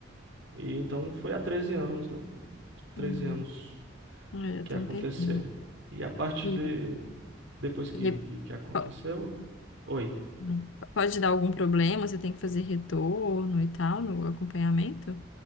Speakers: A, on the right; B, on the left.
A: e então foi há 13 anos, né? Treze
B: Hum,
A: anos
B: é, já
A: que
B: tem
A: aconteceu.
B: um tempinho.
A: E a partir
B: E,
A: de depois que,
B: e é-
A: que, que aconteceu.
B: po-
A: Oi.
B: não, pode dar algum problema? Você tem que fazer retorno e tal no acompanhamento?